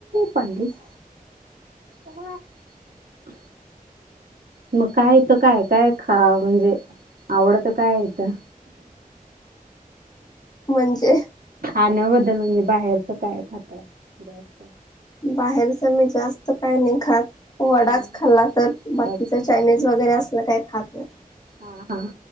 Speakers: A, on the right (about 80°); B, on the left (about 25°).
A: पाडलीस <inaudible> म काय इथं काय काय खा म्हणजे आवडत काय इथं
B: म्हणजे
A: खाण्या बदल म्हणजे बाहेरच काय खाताय जास्त
B: बाहेरच मी जास्त कायय नाही खात वडाच
A: हा
B: खाल्ला तर
A: वडाच
B: बाकीच चायनीज वगैरे असलं काय खात नाय.
A: हा हा